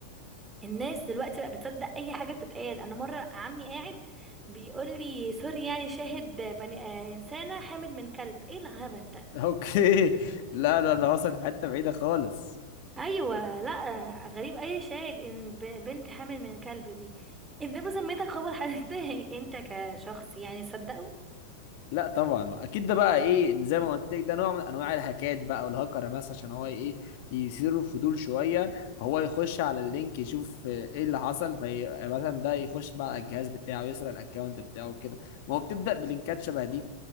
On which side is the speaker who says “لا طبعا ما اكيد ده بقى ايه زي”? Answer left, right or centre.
Left